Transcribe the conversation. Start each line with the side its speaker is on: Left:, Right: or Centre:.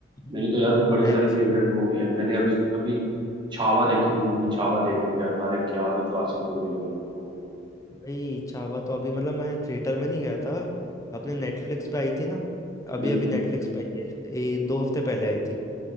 Left: हम्म,
Right: मेरी तो यार बड़ी सारी
Left: एक्स
Right: फेवरेट मूवी है मैंने अभी अभी छावा देखी थी मूवी छावा देखने गया था अरे क्या ही क्लासिक मूवी लगी मेरे को
Left: भाई छावा तो अभी मतलब मैं थिएटर में नहीं गया था अपने नेटफ्लिक्स पे आई थी ना अभी
Right: बिल्कुल
Left: अभी नेटफ्लिक्स पे आई है, ए, दो हफ्ते पहले आई थी